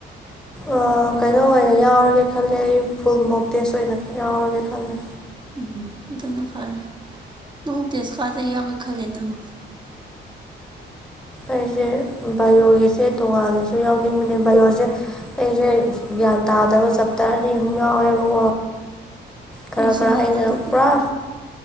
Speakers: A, in the centre; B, on the right.
A: ꯑ ꯀꯩꯅꯣ ꯑꯣꯏꯅ ꯌꯥꯎꯔꯒꯦ ꯈꯜꯂꯦ ꯑꯩ ꯐꯨꯜ ꯃꯣꯞꯇꯦꯁ ꯑꯣꯏꯅ ꯌꯥꯎꯔꯒꯦ ꯈꯜꯂꯦ
B: ꯎꯝ ꯑꯗꯨꯅ ꯐꯔꯦ ꯅꯪ ꯇꯦꯁꯀꯥꯗ ꯌꯥꯎꯒꯦ ꯈꯜꯂꯦ ꯅꯪ
A: ꯑꯩꯁꯦ ꯕꯥꯏꯑꯣꯒꯤꯁꯦ ꯇꯣꯉꯥꯟꯅꯁꯨ ꯌꯥꯎꯅꯤꯡꯕꯅꯦ ꯕꯥꯏꯑꯣꯁꯦ ꯑꯩꯁꯦ ꯒ꯭ꯌꯥꯟ ꯇꯥꯗꯕ ꯆꯞꯇꯥꯔ ꯑꯅꯤ ꯑꯍꯨꯝ ꯌꯥꯎꯋꯦꯕꯀꯣ
B: <inaudible>
A: ꯈꯔ
B: ꯑꯩꯁꯨꯅꯦꯅ
A: ꯈꯔ ꯑꯩꯅ
B: ꯑꯗꯨꯗꯤ
A: ꯄꯨꯔꯥ